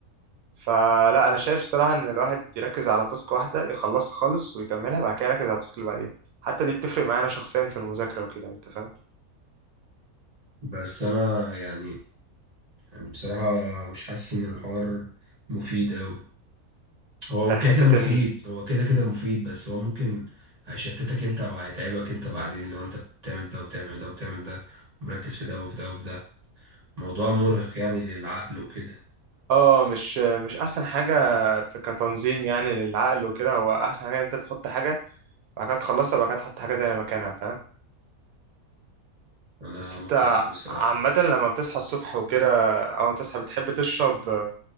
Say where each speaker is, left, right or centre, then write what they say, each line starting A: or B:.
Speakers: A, on the right; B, on the right.
A: فلا أنا شايف الصراحة إن الواحد يركز على تاسك واحدة يخلصها خالص ويكملها بعد كده يركز على التاسك اللي بعدين حتى دي بتفرق معانا شخصيا في المذاكرة وكده أنت فاهم
B: بس انا يعني يعني بصراحة مش حاسس ان الحوار مفيد قوي هو
A: في حتة
B: كده كده مفيد
A: إن
B: هو كده كده مفيد بس هو ممكن هيشتتك انت او هيتعبك انت بعدين لو انت بتعمل ده وبتعمل ده وبتعمل ده ومركز في ده وفي ده وفي ده موضوع مرهق يعني للعقل وكده
A: اه مش مش احسن حاجه في كتنظيم يعني للعقل وكده هو احسن حاجه إن انت تحط حاجه بعد كده تخلصها بعد كده تحط حاجه تانية مكانها فاهم
B: انا
A: بس انت
B: متفق بصراحة
A: عامه لما بتصحى الصبح وكده او تصحى بتحب تشرب آه،